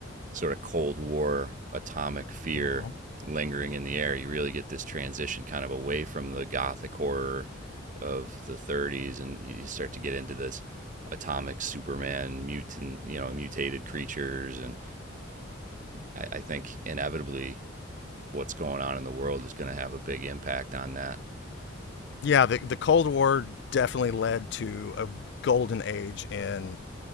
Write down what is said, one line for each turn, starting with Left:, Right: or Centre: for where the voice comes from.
Right: sort of cold war atomic fear
Left: Mhm.
Right: lingering in the air you really get this transition kind of away from the gothic horror of the 30s and you start to get into this atomic superman mutant you know mutated creatures and i, I think inevitably what's going on in the world is going to have a big impact on that.
Left: Yeah, the, the Cold War definitely led to a golden age in